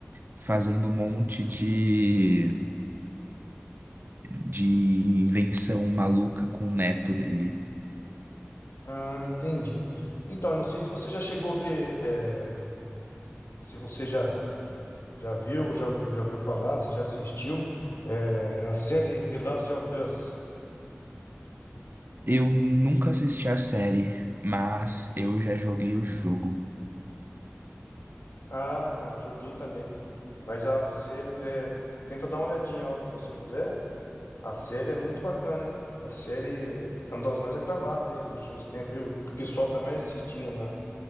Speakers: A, on the right (about 50°); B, on the left (about 75°).
A: fazendo um monte de de invenção maluca com o neto dele.
B: Ah, entendi. Então, eu não sei se você já chegou a ver. é, Se você já, já viu, já ouviu, já ouviu falar, se já assistiu. é, A série The Last of Us.
A: Eu nunca assisti a série, mas eu já joguei o jogo.
B: Ah, então, eu joguei também. Mas a série. é, Tenta dar uma olhadinha a hora que você puder. A série é muito bacana, hein? A série é uma das mais aclamadas aí dos últimos tempos. aí O pessoal tá mais assistindo na,